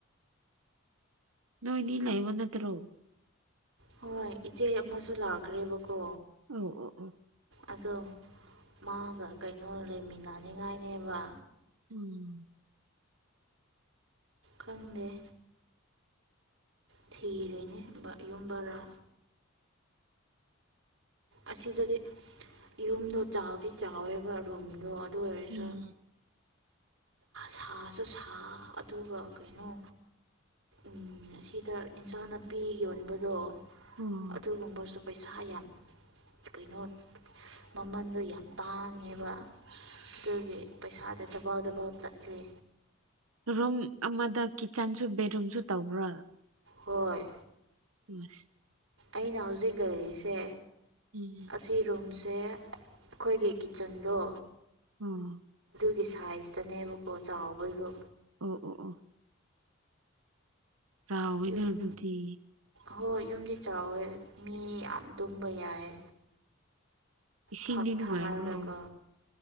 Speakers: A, on the right; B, on the right.
A: ꯅꯣꯏꯅꯤ ꯂꯩꯕ ꯅꯠꯇ꯭ꯔꯣ
B: ꯍꯣꯏ ꯏꯆꯦ ꯑꯃꯁꯨ ꯂꯥꯛꯈ꯭ꯔꯦꯕꯀꯣ
A: ꯑ ꯑꯣ ꯑꯣ
B: ꯑꯗꯣ ꯃꯥꯒ ꯀꯩꯅꯣ ꯂꯩꯃꯤꯟꯅꯅꯤꯡꯉꯥꯏꯅꯦꯕ
A: ꯎꯝ
B: ꯈꯪꯗꯦ ꯊꯤꯔꯣꯏꯅꯦ ꯌꯨꯝ ꯕꯔꯥ ꯑꯁꯤꯗꯗꯤ ꯌꯨꯝꯗꯣ ꯆꯥꯎꯗꯤ ꯆꯥꯎꯋꯦꯕ ꯔꯨꯝꯗꯣ ꯑꯣꯏꯔꯁꯨ
A: ꯎꯝ
B: ꯁꯥꯁꯨ ꯁꯥ ꯑꯗꯨꯒ ꯀꯩꯅꯣ ꯎ ꯑꯁꯤꯗ ꯏꯟꯁꯥꯡ ꯅꯥꯄꯤ ꯌꯣꯟꯕꯗꯣ
A: ꯑꯣ
B: ꯑꯗꯨꯒꯨꯝꯕꯁꯨ ꯄꯩꯁꯥ ꯌꯥꯝ ꯀꯩꯅꯣ ꯃꯃꯟꯗꯣ ꯌꯥꯝ ꯇꯥꯡꯉꯦꯕ ꯑꯗꯨꯒꯤ ꯄꯩꯁꯥꯗ ꯗꯕꯥꯎ ꯗꯕꯥꯥꯎ ꯆꯠꯂꯤ
A: ꯔꯨꯝ ꯑꯃꯗ ꯀꯤꯠꯆꯟꯁꯨ ꯕꯦꯠꯔꯨꯝꯁꯨ ꯇꯧꯕ꯭ꯔꯥ
B: ꯍꯣꯏ
A: ꯁ
B: ꯑꯩꯅ ꯍꯧꯖꯤꯛ ꯂꯩꯔꯤꯁꯦ
A: ꯎꯝ
B: ꯑꯁꯤꯔꯨꯝꯁ ꯁꯦ ꯑꯩꯈꯣꯏꯒꯤ ꯀꯤꯠꯆꯟꯗꯣ
A: ꯑꯣ
B: ꯒꯤ ꯁꯥꯏꯖꯇꯅꯦꯕꯀꯣ ꯆꯥꯎꯕꯗꯣ
A: ꯑꯣ ꯑꯣ ꯑꯣ ꯆꯥꯎꯋꯅ
B: ꯌꯨꯝ
A: ꯑꯗꯨꯗꯤ
B: ꯍꯣꯏ ꯌꯨꯝꯗꯤ ꯆꯥꯎꯋꯦ ꯃꯤ ꯌꯥꯝ ꯇꯨꯝꯕ ꯌꯥꯏ
A: ꯏꯁꯤꯡꯗꯤ
B: ꯐꯛ
A: ꯅꯨꯡꯉꯥꯏꯕ꯭ꯔꯣ
B: ꯊꯥꯔꯒꯀꯣ